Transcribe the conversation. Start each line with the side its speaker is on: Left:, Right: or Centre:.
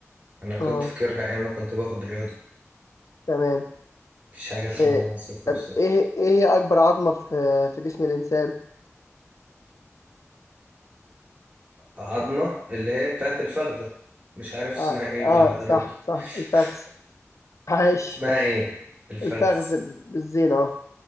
Right: أنا كنت
Left: أه
Right: فاكرها أيام ما كنت باخد رياضة
Left: تمام
Right: مفيش حاجة اسمها
Left: آه،
Right: صفر في صفر
Left: ايه ايه هي اكبر عظمة في في جسم الانسان
Right: عظمة اللي هي بتاعت الفخدة مش عارف اسمها
Left: اه,
Right: ايه
Left: آه
Right: بالعربي
Left: صح صح
Right: <laughs>
Left: الفخذ عايش
Right: اسمها ايه الفخذ
Left: الفخذ بالزينة اه